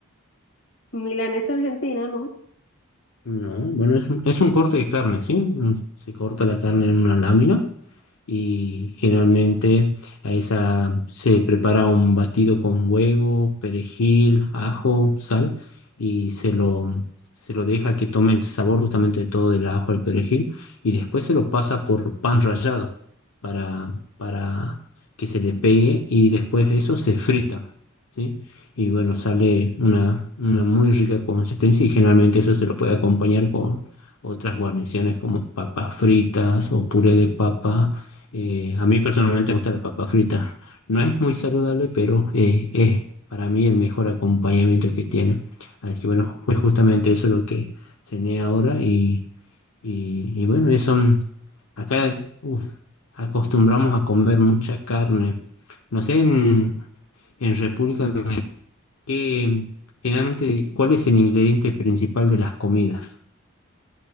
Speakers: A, on the left; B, on the left.
A: Milanesa argentina, ¿no?
B: No, bueno, es un, es un corte de carne, ¿sí? Se corta la carne en una lámina y generalmente a esa se prepara un batido con huevo, perejil, ajo, sal y se lo, se lo deja que tome el sabor justamente de todo del ajo al perejil y después se lo pasa por pan rallado para, para que se le pegue y después eso se frita, ¿sí? Y bueno, sale una, una muy rica consistencia y generalmente eso se lo puede acompañar con otras guarniciones como papas fritas o puré de papa eh, a mí personalmente me gusta la papa frita. No es muy saludable, pero eh, es para mí el mejor acompañamiento que tiene. Así que bueno, pues justamente eso es lo que cené ahora y, y, y bueno, eso, mm, acá uf, acostumbramos a comer mucha carne. No sé, en, en República Dominicana, ¿qué, generalmente, cuál es el ingrediente principal de las comidas?